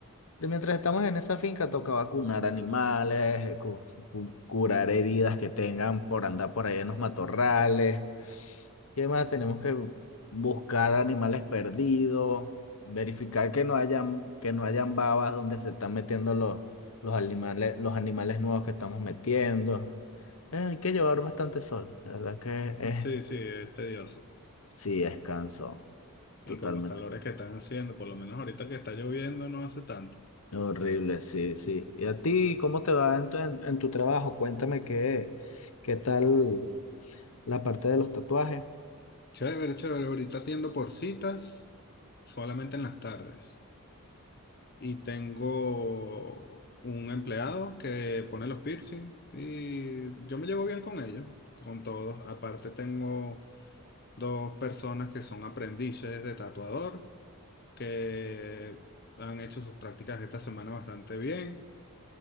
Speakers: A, on the left; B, on the left.
A: de mientras estamos en esa finca, toca vacunar animales, eh, cu- cu- curar heridas que tengan por andar por ahí en los matorrales. ¿Qué más? Tenemos que buscar animales perdidos, verificar que no hayan, que no hayan babas donde se están metiendo los, los animales, los animales nuevos que estamos metiendo. Eh, hay que llevar bastante sol, la verdad que es,
B: Sí, sí, es tedioso.
A: sí, es cansón, totalmente.
B: Y con los calores que están haciendo, por lo menos ahorita que está lloviendo no hace tanto.
A: Horrible, sí, sí. ¿Y a ti cómo te va en tu, en, en tu trabajo? Cuéntame qué, qué tal la parte de los tatuajes.
B: Chévere, chévere. Ahorita atiendo por citas solamente en las tardes. Y tengo un empleado que pone los piercing y yo me llevo bien con ellos, con todos. Aparte tengo dos personas que son aprendices de tatuador, que han hecho sus prácticas esta semana bastante bien.